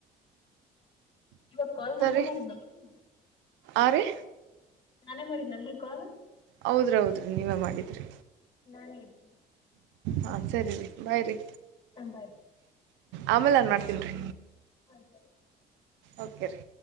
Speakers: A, on the left (about 30°); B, on the right (about 85°).
A: ಇವಾಗ ಕಾಲ್ ನಾನೇ
B: ರೀ
A: ಮಾಡಿದ್ನಲ್ ನೀ
B: ಆ ರೀ
A: ನಾನೇ ಮಾಡಿದ್ದನಲ್ರರಿ ಕಾಲು
B: ಹೌದ್ರೌದ್ರಿ ನೀವೇ ಮಾಡಿದ್ರಿ
A: ನಾನನ್ ಹೇಳಳ್ತನೆ
B: ಹಾ ಸರಿ ರೀ ಬಾಯ್ರರಿ
A: ಬಾಯ್
B: ಆಮೇಲೆ ನ್ ಮಾಡ್ತನ್ರಿ
A: ಹ ಸರಿ
B: ಓಕೆ ರೀ